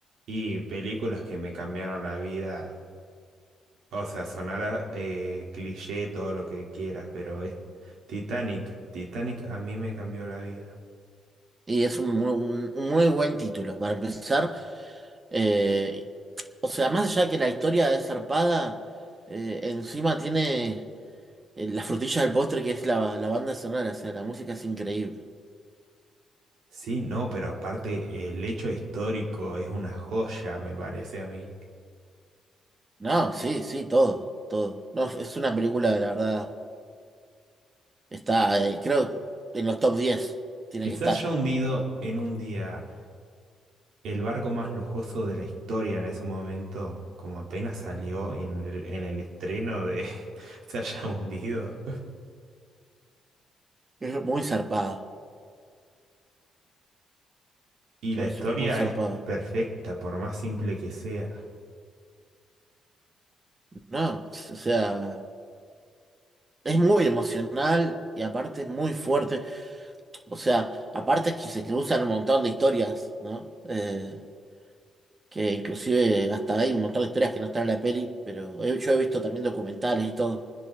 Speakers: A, on the right; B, on the right.
A: Y películas que me cambiaron la vida. O sea, sonará eh, cliché, todo lo que quieras, pero es Titanic. Titanic a mí me cambió la vida.
B: Y es un muy, un- un muy buen título para empezar. eh, o sea, más allá de que la historia es zarpada, eh, encima tiene eh, la frutilla del postre que es la, la banda sonora. O sea, la música es increíble.
A: Sí, no, pero aparte el hecho histórico es una joya, me parece a mí.
B: No, sí, sí, todo, todo. No, es una película, la verdad, está, eh, creo, en los top diez tiene
A: Quizás
B: que estar.
A: ya hundido en un día el barco más lujoso de la historia en ese momento, como apenas salió en el, en el estreno de <laughs> se haya hundido.
B: Es muy zarpado,
A: Y
B: muy,
A: la historia
B: zu- muy zarpado.
A: es perfecta, por más simple que sea.
B: No, o sea, es muy emocional y aparte es muy fuerte. O sea, aparte es que se cruzan un montón de historias, ¿no? Eh, que inclusive hasta hay un montón de historias que no están en la peli, pero he- yo he visto también documentales y todo.